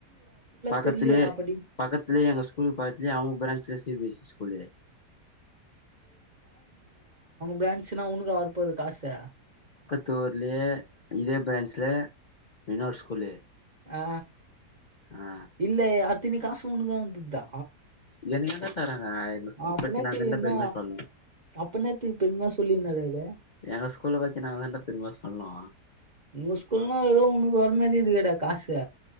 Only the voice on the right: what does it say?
தெர்லியே நா படி
ப்ரான்ச்னா உனுக்கா வர்ப்போது காசே
அ
இல்லே அத்தினி காசு உனுகு வத்துத்தா
அப்ப
நேத்துக்கு
என்ன
அப்ப என்னாத்துக் பெருமையா சொல்லினுருகறே
உங்க ஸ்கூல்னா எதோ உனுக் வர் மாரி இருகேடா காசே